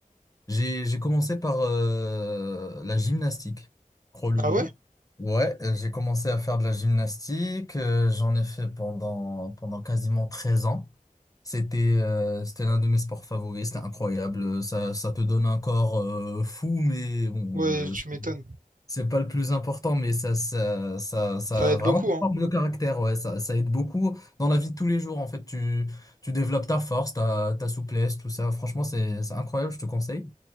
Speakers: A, on the left; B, on the right.
A: J'ai, j'ai commencé par euh, la gymnastique, crois-le
B: Ah
A: ou non.
B: ouais?
A: Ouais, euh, j'ai commencé à faire de la gymnastique. euh, j'en ai fait pendant, pendant quasiment 13 ans. C'était euh, c'était l'un de mes sports favoris, c'était incroyable. Ça, ça te donne un corps euh, fou, mais bon,
B: Ouais, tu m'étonnes.
A: c'est pas le plus important, mais ça, ça, ça, ça
B: Ça aide
A: vraiment
B: beaucoup,
A: ça
B: hein.
A: forme le caractère, ouais. Ça, ça aide beaucoup dans la vie de tous les jours, en fait. Tu, tu développes ta force, ta, ta souplesse, tout ça. Franchement, c'est, c'est incroyable, je te conseille.